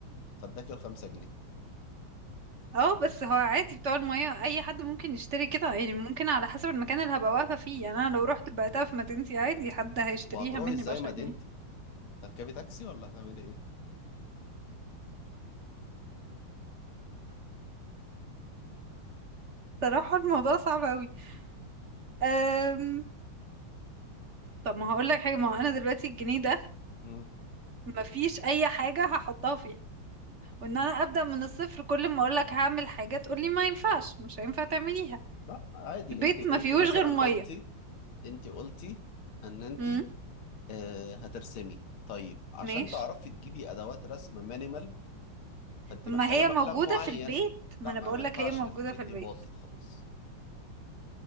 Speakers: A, on the left; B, on the right.
A: فاداكي الخمسة جنيه
B: اه بس هو عادي بتوع المية اي حد ممكن يشتري كده يعني ممكن على حسب المكان اللي هبقى واقفة فيه يعني انا لو رحت بعتها في مدينتي عادي حد هيشتريها
A: وهتروحي
B: مني
A: ازاي
B: بعشرة
A: مدينتي
B: جنيه
A: هتركبي تاكسي ولا هتعملي ايه
B: صراحة الموضوع صعب قوي أم... طب ما هقولك حاجة ما هو انا دلوقتي الجنيه ده
A: مم.
B: مفيش اي حاجة هحطها فيه وان انا ابدا من الصفر كل ما اقول لك هعمل حاجه تقول لي ما ينفعش مش هينفع تعمليها
A: لا عادي
B: البيت
A: انت انت
B: ما فيهوش
A: مثلا
B: غير ميه
A: قلتي انت قلتي ان انت
B: امم
A: آه، هترسمي طيب عشان
B: ماشي
A: تعرفي تجيبي ادوات رسم مينيمال فانت
B: طب
A: محتاجه
B: ما هي
A: مبلغ
B: موجوده
A: معين
B: في البيت ما
A: لا
B: انا
A: ما
B: بقول
A: ما ينفعش
B: لك هي موجوده
A: اللي في البيت
B: في
A: دي
B: البيت
A: باظت خلاص